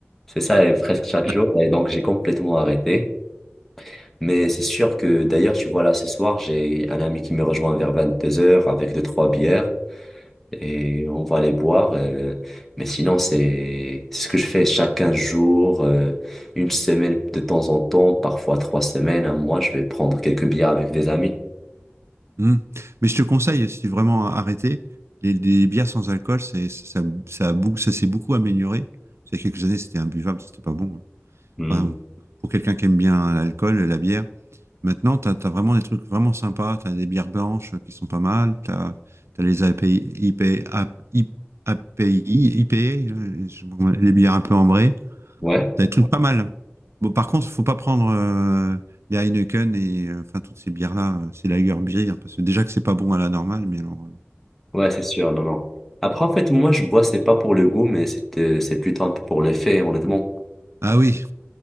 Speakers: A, in the centre; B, on the right.
A: C'est ça, et presque chaque jour.
B: Ouais.
A: Et donc, j'ai complètement arrêté. Mais c'est sûr que, d'ailleurs, tu vois, là, ce soir, j'ai un ami qui me rejoint vers 22 heures avec deux, trois bières. Et on va les boire. euh, mais sinon, c'est c'est ce que je fais chaque 15 jours, euh, une semaine de temps en temps, parfois trois semaines, un mois, je vais prendre quelques bières avec des amis.
B: Mm. Mais je te conseille, si vraiment arrêté, les, les bières sans alcool, c'est, ça, ça, a bou- ça s'est beaucoup amélioré. Il y a quelques années, c'était imbuvable, c'était pas bon. hein.
A: Hmm.
B: Enfin, pour quelqu'un qui aime bien l'alcool, la bière, Maintenant, tu as, vraiment des trucs vraiment sympas. Tu as des bières blanches qui sont pas mal. Tu as, les API, IP, A- I- API, IPA, là, je- les bières un peu ambrées.
A: Ouais.
B: Tu as des trucs pas mal. Bon, par contre, faut pas prendre euh, les Heineken et euh, enfin toutes ces bières-là. euh, c'est lager bière parce que déjà que c'est pas bon à la normale, mais alors. euh,
A: Ouais, c'est sûr, non, non. Après, en fait, moi, je bois, c'est pas pour le goût, mais c'est euh, c'est plutôt un peu pour l'effet, honnêtement.
B: Ah oui,